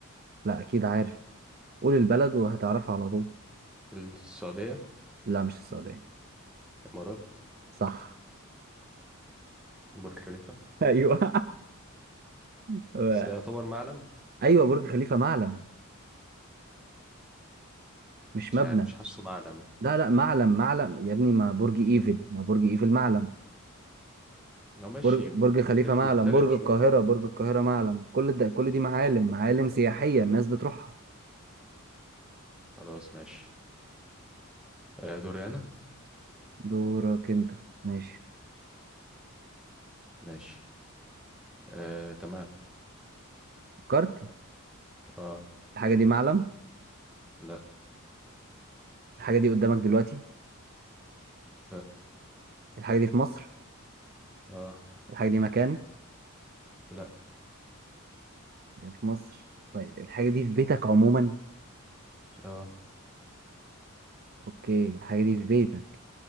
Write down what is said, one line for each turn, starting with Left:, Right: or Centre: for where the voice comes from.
Right: لا أكيد عارف قول البلد وهتعرفها على طول
Centre: السعودية
Right: لا مش السعودية
Centre: الامارات
Right: صح
Centre: برج خليفة
Right: <laughs> أيوه <laughs>
Centre: بس ده يعتبر معلم
Right: أيوه برج خليفة معلم مش مبنى
Centre: مش عارف مش حاسه معلمة
Right: لا لا معلم معلم يا ابني ما برج إيفل ما برج إيفل معلم
Centre: لو ماشي
Right: برج برج خليفة
Centre: ليفل
Right: معلم
Centre: مختلف
Right: برج
Centre: شوية
Right: القاهرة برج القاهرة معلم كل ده كل دي معالم معالم سياحية الناس بتروحها
Centre: خلاص ماشي آه دوري أنا
Right: دورك انت ماشي
Centre: ماشي آه تمام
Right: فكرت
Centre: اه
Right: الحاجة دي معلم
Centre: لا
Right: الحاجة دي قدامك دلوقتي
Centre: لا
Right: الحاجة دي في مصر
Centre: اه
Right: الحاجة دي مكان
Centre: لا
Right: هي في مصر طيب الحاجة دي في بيتك عموما
Centre: اه
Right: اوكي الحاجة دي في بيتك